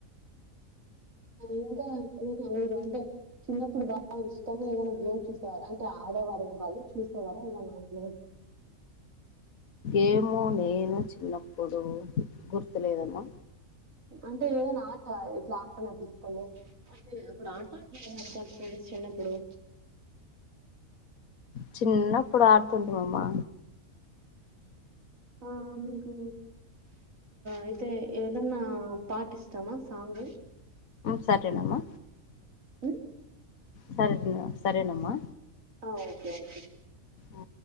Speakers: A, on the right (about 75°); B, on the left (about 85°).
A: ఇంకా ఏమనా మీరు అంటే చిన్నప్పుడు బాగా ఇష్టము ఏదనా గేమ్ చూసేవారా అంటే ఆడేవారు ఏం కాదు చూసేవారా ఏదైనా గేమ్
B: ఏమో నేను చిన్నప్పుడు గుర్తులేదమ్మా
A: అంటే ఏదైనా ఆట ఇట్లా ఆట నాకు ఇష్టము అంటే అప్పుడు ఆట చిన్నప్పుడు
B: చిన్నప్పుడు ఆడుతుంట మామ్మా
A: ఆ మీకు అయితే ఏదన్నా పాట్ ఇస్తామా సాంగ్
B: సటేనామా
A: ఆ
B: సరే సరేనమ్మా
A: ఆ! ఓకే. ఓకే.
B: ఆ